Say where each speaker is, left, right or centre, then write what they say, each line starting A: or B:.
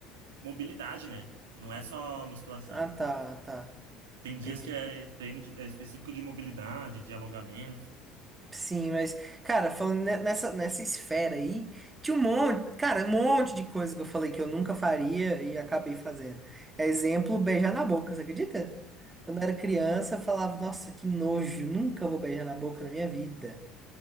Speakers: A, on the right (about 80°); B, on the right (about 20°).
A: mobilidade, né? Não é só musculação.
B: Ah, tá, tá.
A: Tem
B: Entendi.
A: dias que é treino de- é específico de mobilidade, de alongamento.
B: Sim, mas, cara, falando ne- nessa, nessa esfera aí, tinha um monte, cara, um monte de coisa que eu falei que eu nunca faria e acabei fazendo. É Exemplo, beijar na boca, você acredita? Quando eu era criança, eu falava, nossa, que nojo, nunca vou beijar na boca na minha vida.